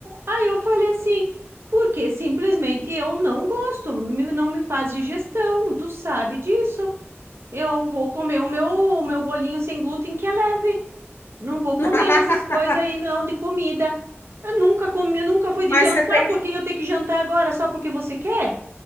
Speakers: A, on the right; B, on the left.
A: Aí eu falei assim, porque simplesmente eu não gosto, me- não me faz digestão, tu sabe disso. Eu vou comer o meu, o meu bolinho sem glúten que é leve. Não vou comer
B: <laughs>
A: essas coisas aí não de comida. Eu nunca comi, eu nunca fui
B: Mas
A: de jantar,
B: você fez.
A: por que eu tenho que jantar agora só porque você quer?